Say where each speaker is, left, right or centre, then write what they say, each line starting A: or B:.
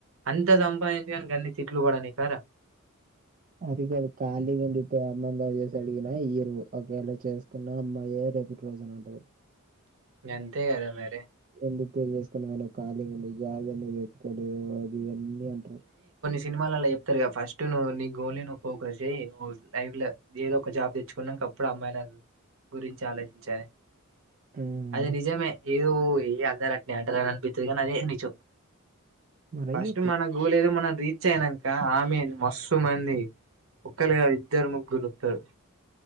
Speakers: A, on the right; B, on the right.
A: అంతా సంపాదించగానుక అన్నిీ చెట్లు కూడా నీ కారా
B: అది కాదు ఖాళీగా ఉంది ప్రేమలో వ చేసి అడిగినా ఇరువు ఒకవేళ చేసుకున్న అ మయ అైబట్టి రోజన అంట
A: వెంత కద మేర
B: ఎందుకు పెళ్లిి చేసుకున్నామనా ఖాీ లేండి జాగ ఎందు ఎతుకోడదు అది ఇవన్నీ అంటారు
A: సినిమాాలలో చెప్తారు ఫస్ట్టువ్ నీ గోల్ ను్ ఫోకస్ చేయ్ లైఫ్ లో ఏదో ఒక జాబ్ తెచ్చుకున్నా ఒకప్పుడు అమ్మాయి నా గురించి ఆలోచించి
B: ఉమ్,
A: అదే నిజమే ఏదో ఏ అందర అట్ని అంటని అనిపితుంది కానీ అదే నిజం
B: మరి
A: ఫస్ట్
B: ఈ్య
A: మన గోల్ ఏదో మనం రీచ్ అయినాక ఆమెీ మొస్సు మంది ఒకరిగా విద్దర్మ గురుతాడు